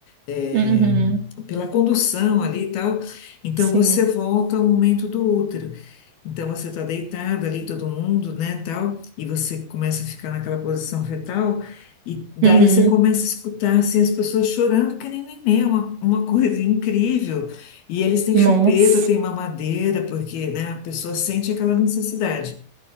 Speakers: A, on the left; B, on the right.
A: é,
B: uhum,
A: pela condução ali e tal. Então
B: sim,
A: você volta ao momento do útero. Então você está deitado ali, todo mundo, né, tal, e você começa a ficar naquela posição fetal, e daí
B: uhum,
A: você começa a escutar assim, as pessoas chorando, que nem neném, é uma, uma coisa incrível. E eles têm
B: nossa,
A: chupeta, têm mamadeira, porque, né, a pessoa sente aquela necessidade.